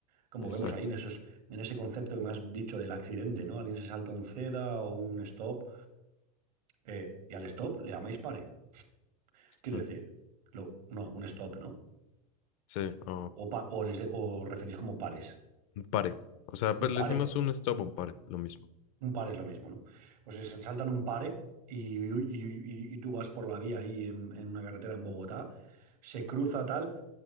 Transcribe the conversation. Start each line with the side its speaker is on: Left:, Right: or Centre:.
Right: Como
Left: Exacto.
Right: vemos ahí en esos, en ese concepto que me has dicho del accidente, ¿no? Alguien se salta un ceda o un stop, eh, y al stop le llamáis pare. Quiero
Left: Mm,
Right: decir, lo- no, un stop, ¿no?
Left: Sí, ah,
Right: O, o pa- o les de- o referís como pares.
Left: un pare. O sea, pues
Right: Un
Left: le
Right: pare.
Left: decimos un stop o un pare, lo mismo.
Right: Un par es lo mismo, ¿no? Pues se saltan un pare y, y- y- y tú vas por la vía ahí en, en una carretera en Bogotá, se cruza tal.